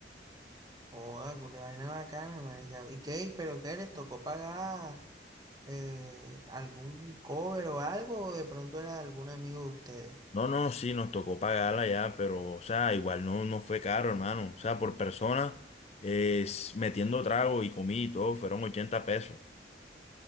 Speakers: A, on the right; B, on the left.
A: Joda, cule vaina bacana, marica. ¿Y qué? ¿Pero qué? ¿Les tocó pagar eh, algún cover o algo? ¿O de pronto era algún amigo de ustedes?
B: No, no, sí, nos tocó pagarla ya, pero, o sea, igual no, no fue caro, hermano. O sea, por persona, eh, s- metiendo trago y comida y todo, fueron 80 pesos.